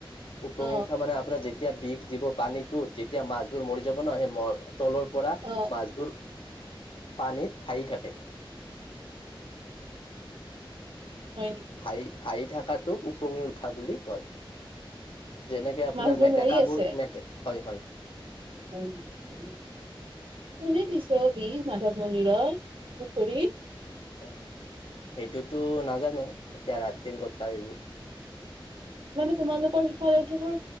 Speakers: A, on the left (about 75°); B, on the right (about 70°).
A: উপঙি
B: অ
A: উঠা মানে আপোনাৰ যেতিয়া বিষ দিব পানীত ত যেতিয়া মাছবোৰ মৰি যাব ন সেই তলৰ পৰা
B: অ
A: মাছবোৰ পানীত ভাঁহি থাকে
B: হয় নেকি
A: ভাহি ভাইি থকাটোক ওপঙি উঠা বুলি কয় যেনেকে আপোনাৰ
B: মাছবোৰ
A: মেটেকাবোৰ
B: মৰি আছে
A: মে হয় হয়
B: <unintelligible> কোনে দিছে বিষ মাধৱ মন্দিৰৰ পুখুৰীত
A: অ সেইটোতো নাজানো এতিয়া ৰাতিৰ কথা এইবোৰ
B: মানে তোমালোকৰ সিফালে সেইবোৰ